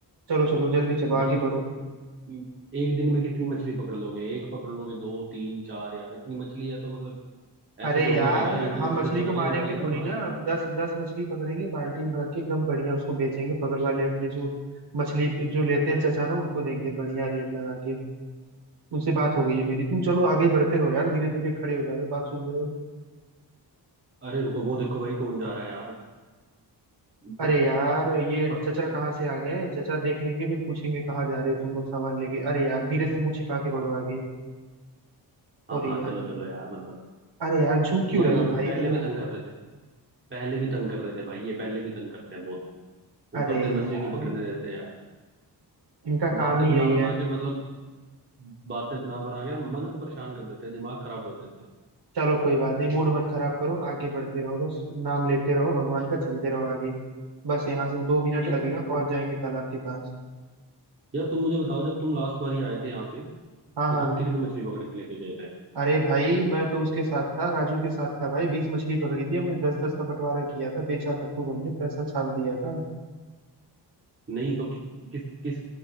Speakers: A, on the right; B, on the right.
A: चलो चलो जल्दी चलो आगे
B: भाई
A: बढ़ो
B: म, एक दिन में कितनी मछली पकड़ लोगे एक पकड़ लोगे दो तीन चार यार इतनी मछली है तो मतलब
A: अरे
B: ऐसे थोड़ा
A: यार
B: ना होएगा एक दो
A: हम
B: मछली
A: मछली
B: पकड़ेंगे
A: को मारेंगे
B: बढ़िया
A: थोड़ी
B: मस्त
A: ना दस दस मछली पकड़ेंगे बाल्टी में भर के एकदम बढ़िया उसको बेचेंगे बगल वाले अपने जो मछली जो लेते हैं चचा ना उनको देंगे बढ़िया रेट लगा के उनसे बात हो गई है मेरी तुम चलो आगे बढ़ते रहो यार धीरे धीरे खड़े हो जा रहे हो बात सुन रहे हो
B: अरे रुको वो देखो भाई कौन जा रहा है यार
A: अरे
B: पत,
A: यार ये
B: पत,
A: चचा कहाँ से आ गए चचा देख लेंगे फिर पूछेंगे कहाँ जा रहे हो तुम लोग सामान लेके अरे यार धीरे से मुंह छिपा के बढ़ो आगे
B: हाँ
A: अरे
B: हाँ
A: यार
B: चलो चलो यार मतलब
A: अरे यार झुक क्यों
B: यार
A: रहे
B: ये
A: हो भाई
B: पहले
A: इतना
B: भी तंग कर रहे थे पहले भी तंग कर रहे थे भाई ये पहले भी तंग करते हैं बहुत ऊपर
A: अरे
B: से मछली
A: यार
B: नहीं पकड़ने देते यार
A: इनका
B: बातें
A: काम ही
B: बना
A: यही
B: बना
A: है
B: के मतलब बातें बना बना के ना मन को परेशान कर देते हैं दिमाग खराब कर देते हैं
A: चलो कोई बात नहीं मूड मत खराब करो आगे बढ़ते रहो बस नाम लेते रहो भगवान का चलते रहो आगे बस यहाँ से दो मिनट
B: यार
A: लगेगा पहुंच जाएंगे तालाब के पास
B: यार तुम मुझे बताओ जब तुम लास्ट बार ही आए थे यहाँ पे
A: हाँ
B: तो
A: हाँ
B: तुम कितनी मछली पकड़ के लेके गए थे
A: अरे भाई मैं तो उसके साथ था राजू के साथ था भाई बीस मछली पकड़ी थी हमने दस दस का बंटवारा किया था बेचा था खूब हमने पैसा छाप दिया था
B: नहीं तो कि, किस किस